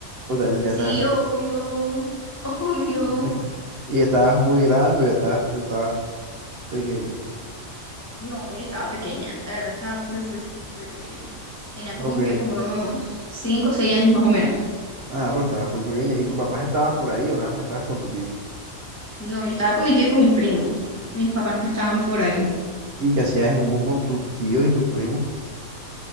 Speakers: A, on the right (about 60°); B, on the left (about 25°).
A: O sea, ya
B: Sí,
A: estás re.
B: obvio, <laughs> obvio.
A: <laughs> Y estabas muy grande, ya estabas, estabas pequeña.
B: No, yo estaba pequeña, la verdad estaba full, full, full, full pequeña. Tenía como
A: Ok.
B: que como unos 5, o 6 años más o menos.
A: Ah, pero estabas full pequeña. ¿Y tus papás estaban por ahí o nada más estabas con tu tío?
B: No, yo estaba con mi tío y con mis primos. Mis papás no estaban por ahí.
A: ¿Y qué hacías en un bus con tus tíos y tus primos?